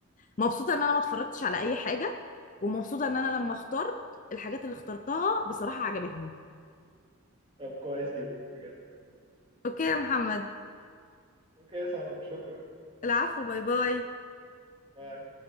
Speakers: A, on the left; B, on the right.
A: مبسوطه ان انا ما اتفرجتش على اي حاجه ومبسوطه ان انا لما اخترت الحاجات اللي اخترتها بصراحه عجبتني
B: طب كويس جدا بجد
A: اوكي يا محمد
B: اوكي يا سمر شكرا
A: العفو باي باي
B: باي